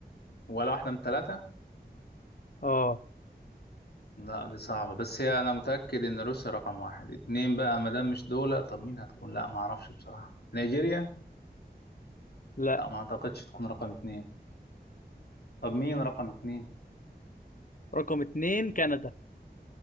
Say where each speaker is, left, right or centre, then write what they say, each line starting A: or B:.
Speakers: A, on the left; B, on the left.
A: ولا واحدة من الثلاثة
B: اه
A: لا دي صعبة بس هي أنا متأكد إن روسيا رقم واحد اتنين بقى ما دام مش دول طب مين هتكون لا ما أعرفش بصراحة نيجيريا
B: لا
A: لا ما أعتقدش تكون رقم اتنين طب مين رقم اتنين
B: رقم اتنين كندا